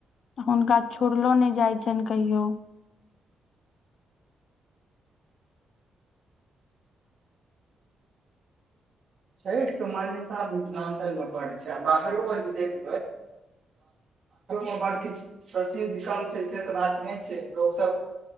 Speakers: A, on the left (about 55°); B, on the right (about 40°).
A: हुनका छोड़लो नहि जाइ छनि कहियो।
B: सइठके मान्यता मिथिललाञ्चलमे पड़ छैय आ बाहरोमें जे <unintelligible> मे बड़ किछु <unintelligible> <unintelligible> छैय लोक सब